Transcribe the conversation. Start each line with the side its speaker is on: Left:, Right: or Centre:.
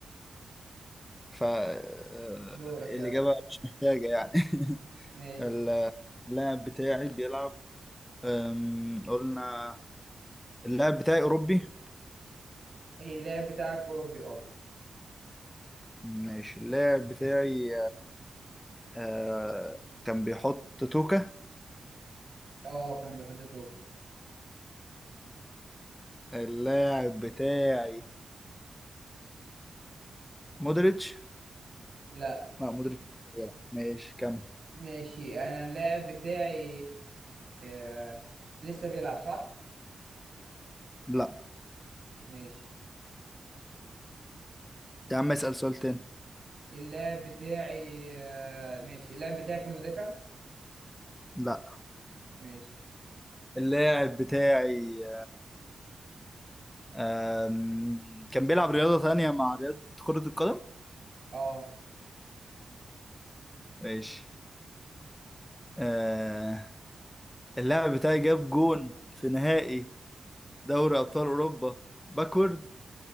Left: ف آه،
Right: دورك
Left: الاجابه
Right: يلا
Left: مش محتاجه يعني
Right: ماشي
Left: <laughs> اللاعب بتاعي بيلعب أم، قلنا اللاعب بتاعي أوروبي
Right: إيه، اللاعب بتاعك أوروبي اه
Left: ماشي اللاعب بتاعي آه كان بيحط توكا
Right: اه كان بيحط توب
Left: اللاعب بتاعي مودريتش
Right: لا
Left: لا مودريتش مش بيلعب. ماشي كمل
Right: ماشي انا اللاعب بتاعي آه، لسه بيلعب صح
Left: لا
Right: ماشي
Left: يا عم اسأل سؤال تاني
Right: اللاعب بتاعي آه، ماشي اللاعب بتاعي كان مدافع
Left: لا
Right: ماشي
Left: اللاعب بتاعي آم، كان بيلعب رياضة تانية مع رياضة كرة القدم
Right: اه
Left: ماشي آه، اللاعب بتاعي جاب جون في نهائي دوري أبطال أوروبا باكورد